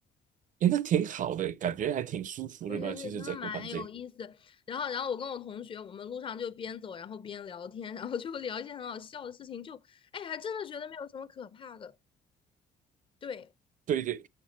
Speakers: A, on the right (about 50°); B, on the left (about 30°).
A: 诶，那挺好的，感觉还挺舒服的吧？
B: 对对对，
A: 其实整个环境，
B: 真的蛮有意思。然后，然后我跟我同学，我们路上就边走，然后边聊天，然后就聊一些很好笑的事情，就，哎，还真的觉得没有什么可怕的。对
A: 对对，